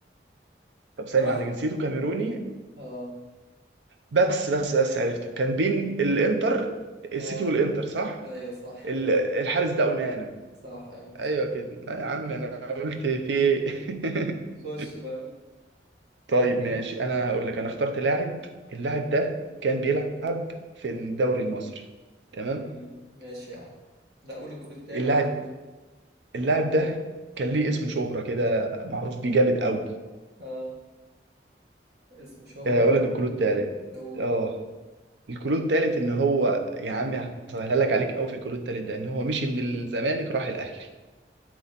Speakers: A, on the right; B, on the right.
A: طب ثانية
B: راح
A: واحدة جنسيته كاميروني
B: اه
A: بس بس بس عرفته كان بين الانتر السيتي
B: اه
A: والانتر صح
B: ايوه صح
A: ال- الحارس ده اونانا
B: صح يا باشا
A: ايوه كده لا يا عم انا قلت في ايه
B: خش
A: <laughs>
B: بقى
A: طيب ماشي انا هقول لك انا اخترت لاعب اللاعب ده كان بيلعب في الدوري المصري تمام
B: مم، ماشي يا عم لا قول الكلود التاني
A: اللاعب
B: على طول
A: اللاعب ده كان ليه اسم شهرة كده معروف بيه جامد قوي
B: اه اسم شهرة
A: اقول لك الكلود التالت
B: نقول
A: اه الكلود التالت ان هو يا عمي هسهلها لك عليك قوي في الكلود التالت ده ان هو مشي من الزمالك راح الاهلي